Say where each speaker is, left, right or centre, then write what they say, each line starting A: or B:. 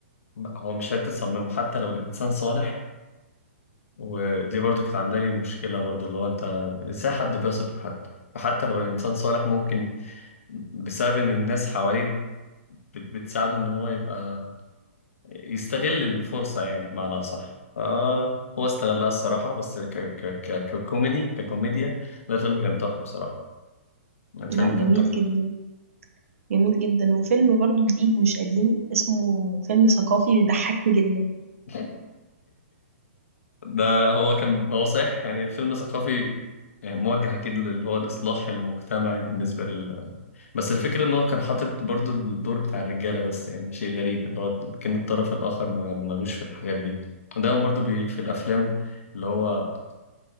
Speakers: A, on the left; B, on the right.
A: ما- هو مش حته تصممه حتى لو الانسان صالح ودي برضو كانت عامله لي مشكله برضو اللي هو انت ازاي حد بيثق في حد فحتى لو الانسان صالح ممكن بسبب ان الناس حواليه بت- بتساعده ان هو يبقى يستغل الفرصة يعني بمعنى أصح آه هو استغلها الصراحة بس ك ك ك ككوميدي ككوميديا لا الفيلم كان تحفة بصراحة الفيلم
B: لا
A: كان
B: جميل
A: تحفة
B: جدا جميل جدا وفيلم برضو جديد مش قديم اسمه فيلم ثقافي بيضحكني جدا
A: <laughs> ده هو كان هو صحيح يعني الفيلم ثقافي يعني موجه أكيد اللي هو الإصلاح المجتمعي بالنسبة لل بس الفكرة إن هو كان حاطط برضو الدور بتاع الرجالة بس يعني شيء غريب إن هو كان الطرف الآخر ما- ملوش في الحاجات دي دايما برضو بي في الأفلام اللي هو